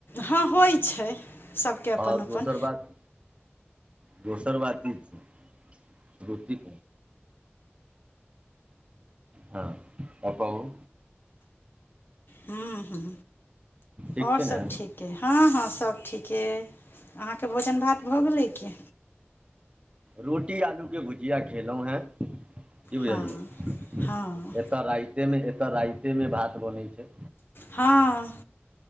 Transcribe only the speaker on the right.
आओर दोसर
बात दोसर बात ई छै रुती हँ आ कहु
ठीक
छै
ने
रोटी आलूके भुजिया खेलौं हेँ की बुझलियै
एतऽ राइते मे एतऽ राइते मे भात बनै छै